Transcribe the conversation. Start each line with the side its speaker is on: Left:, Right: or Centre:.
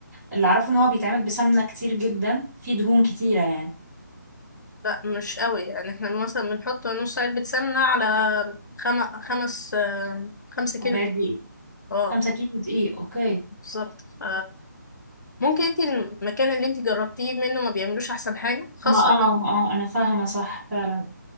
Centre: اللي اعرفه ان هو بيتعمل بسمنة كتير جدا فيه دهون كتيرة يعني
Left: لا مش قوي يعني احنا مثلا بنحط نص علبة سمنة على خم... خمس آه، خمسة كيلو
Centre: كوباية
Left: دقيق
Centre: دقيق
Left: اه
Centre: خمسة كيلو دقيق اوكي
Left: بالظبط ف- ممكن انت المكان اللي انت جربتيه منه ما بيعملوش احسن حاجة خاصة
Centre: ما اه ما اه انا فاهمة صح فعلا